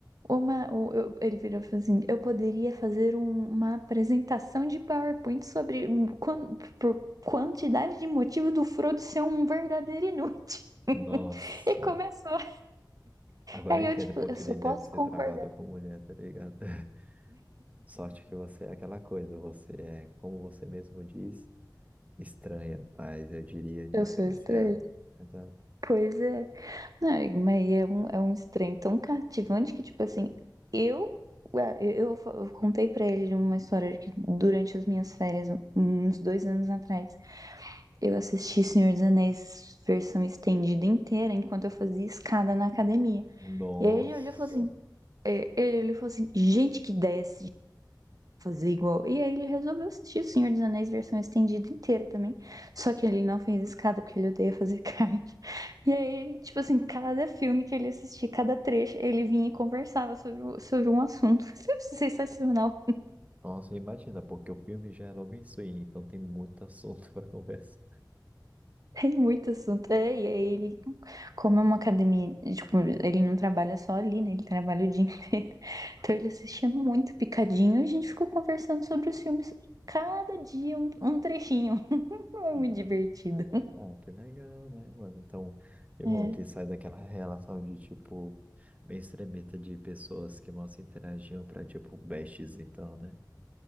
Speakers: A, on the right (about 50°); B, on the right (about 20°).
A: uma, o- eu- ele virou e falou assim: "Eu poderia fazer um- uma apresentação de PowerPoint sobre hum, quan- por quantidade de motivo do Frodo ser um verdadeiro inútil". <laughs>
B: Nossa.
A: E começou.
B: Agora
A: Aí
B: eu entendo
A: eu tipo,
B: porque
A: eu só
B: ele deve
A: posso
B: ser
A: concordar.
B: travado com mulher, tá ligado? <laughs> Sorte que você é aquela coisa, você é, como você mesmo diz, estranha, mas eu diria diferenciada.
A: Eu sou estranha.
B: Exato.
A: Pois é. É, mas é um, é um estranho tão cativante que, tipo assim, eu, ué, eu, eu fa- eu contei pra ele uma história de que durante as minhas férias, uns dois anos atrás, eu assisti Senhor dos Anéis versão estendida inteira enquanto eu fazia escada na academia.
B: Nossa,
A: E aí ele olhou e falou assim, é, ele olhou e falou assim, gente que desce, fazer igual. E aí ele resolveu assistir O Senhor dos Anéis versão estendida inteira também. Só que ele não fez escada, porque ele odeia fazer <laughs> carne. E aí, tipo assim, cada filme que ele assistia, cada trecho, ele vinha e conversava sobre, sobre um assunto. Isso é sensacional.
B: nossa, imagina, porque o filme já é logo em swing, então tem muito assunto <laughs> para conversar.
A: Tem muito assunto. É, e aí ele, como é uma academia, tipo, ele não trabalha só ali, né? Ele trabalha o dia inteiro. <laughs> Então ele assistia muito picadinho e a gente ficou conversando sobre os filmes. Cada dia um, um trechinho. <laughs> Foi
B: Uhum.
A: Muito divertido.
B: Ah, que legal, né, mano? Então, que
A: É.
B: bom que sai daquela relação de, tipo, bem extremista de pessoas que mal se interagiam pra, tipo, bestes, então, né?